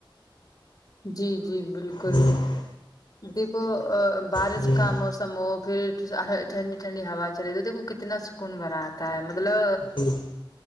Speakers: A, on the left (about 50°); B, on the left (about 85°).
A: جی جی بالکل
B: ہی <inaudible>
A: دیکھو بارش
B: جی
A: کا موسم سمو پھر ٹھنڈی ٹھنڈی ہوا چلے تو دیکھو کتنا سکون برا ت مطلب
B: جی